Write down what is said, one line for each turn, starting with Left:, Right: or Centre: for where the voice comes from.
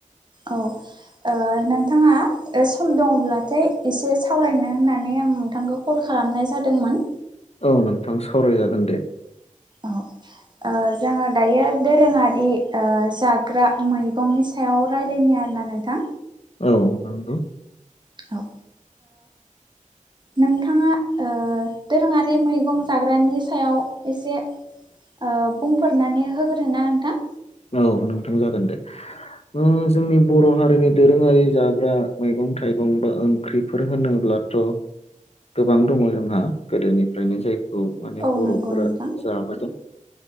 Right: औ। ओ नोंथांङा सम दङब्लाथाय, एसे सावरायनो होननानै आं नोंथांखौ कल खालाम खालामनाय जादोंमोन।
Left: औ, नोंथां सावरायजागोन दे।
Right: औ। ओ जोङो दायो दोरोंङारि जाग्रा मैगंनि सायाव रायलायनो आरो ना नोंथां।
Left: औ, नंगौ।
Right: औ ओ नोंथांङा ओ दोरोंङारि मैगं जाग्रानि सायाव एसे ओ बुंफोरनानै होग्रो ना नोंथां।
Left: औ, नोंथां जागोन दे। ओ जोंनि बर' हारिनि दोरोंङारि जाग्रा मैगं -थाइगं बा ओंख्रिफोर होनोब्ला <unintelligible> गोबां दंङो जोंहा गोदोनिफ्रायनो जायफोर <unintelligible> माने
Right: औ
Left: बर'फोरा
Right: नंगौ नोंथां
Left: जाबोदों